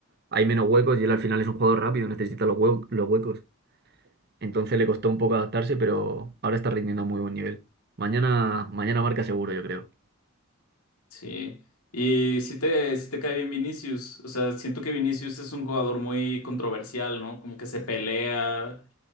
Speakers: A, on the right (about 45°); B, on the left (about 85°).
A: Hay menos huecos y él al final es un jugador rápido, necesita los hue- los huecos. Entonces le costó un poco adaptarse, pero ahora está rindiendo a muy buen nivel. Mañana, mañana marca seguro, yo creo.
B: Sí, y si te, sí te cae bien Vinicius, o sea, siento que Vinicius es un jugador muy controversial, ¿no? Como que se pelea,